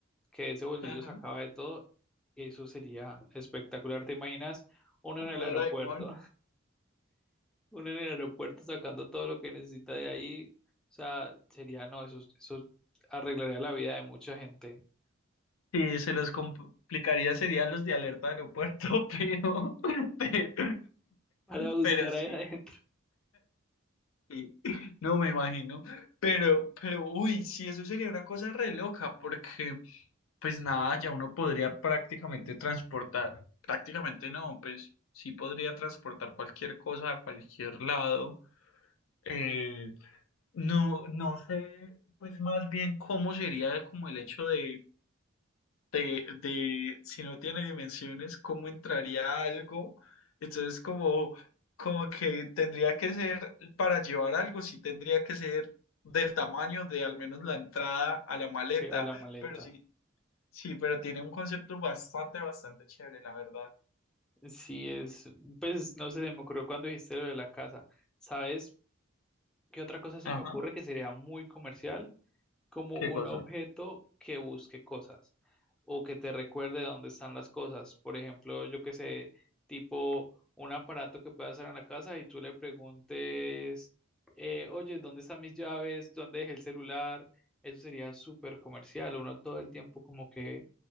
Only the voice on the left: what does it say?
Ajá.
Como
Doraemon.
Sí, se los complicaría serían los de alerta de aeropuerto, <laughs> pero, pero,
pero sí.
Sí, No me imagino, pero, pero, uy, sí, eso sería una cosa re loca, porque, pues nada, ya uno podría prácticamente transportar, prácticamente no, pues sí podría transportar cualquier cosa a cualquier lado. Eh, no, no sé, pues más bien cómo sería como el hecho de de, de si no tiene dimensiones, ¿cómo entraría algo? Entonces, como, como que tendría que ser, para llevar algo, sí tendría que ser del tamaño de al menos la entrada a la maleta,
pero sí, sí, pero tiene un concepto bastante, bastante chévere, la verdad.
Ajá,
¿qué
cosa?